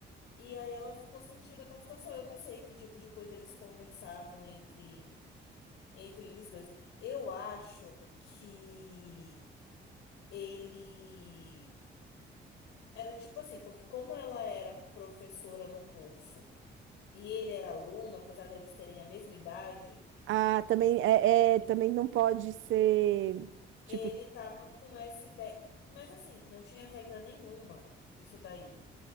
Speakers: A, on the left; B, on the right.
A: E aí ela ficou sentida com a situação. Eu não sei que tipo de coisa eles conversavam entre, entre eles dois. Eu acho que ele Era tipo assim, porque como ela era professora no curso e ele era aluno, apesar deles terem a mesma idade,
B: Ah, também é, é- também não pode ser tipo,
A: ele tava com essa ideia. Mas assim, não tinha regra nenhuma isso daí.